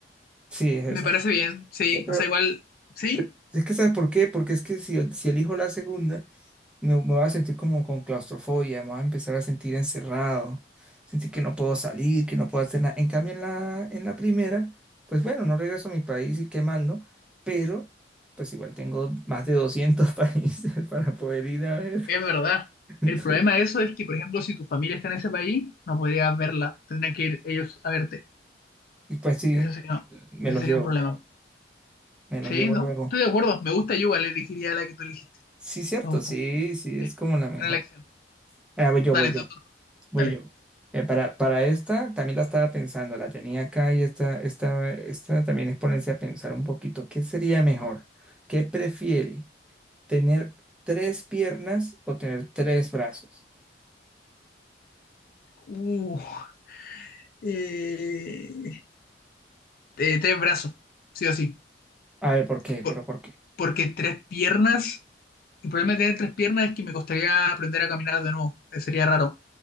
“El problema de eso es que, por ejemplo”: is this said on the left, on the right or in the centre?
Left